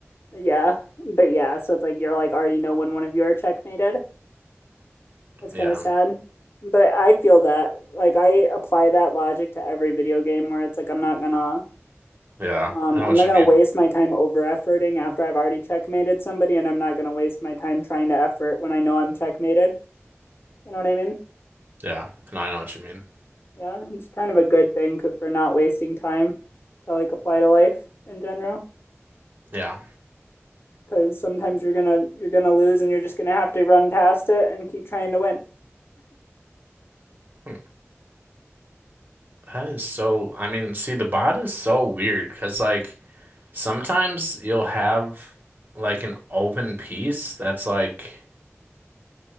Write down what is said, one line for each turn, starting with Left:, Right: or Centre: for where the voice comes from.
Left: Yeah. But yeah, so it's like you're like already know when one of you are checkmated. That's
Right: Yeah.
Left: kind of sad. But I feel that like I apply that logic to every video game where it's like I'm not gonna
Right: Yeah.
Left: um
Right: I know
Left: I'm
Right: what
Left: not
Right: you
Left: gonna
Right: mean.
Left: waste my time over efforting after I've already checkmated somebody and I'm not gonna waste my time trying to effort when I know I'm checkmated. You know what I mean?
Right: Yeah, and I know what you mean.
Left: Yeah, it's kind of a good thing for not wasting time to like apply to life in general
Right: Yeah.
Left: because sometimes you're gonna you're gonna lose and you're just gonna have to run past it and keep trying to win.
Right: Hmm. That is so, I mean, see, the bot is so weird because, like, sometimes you'll have, like, an open piece that's, like,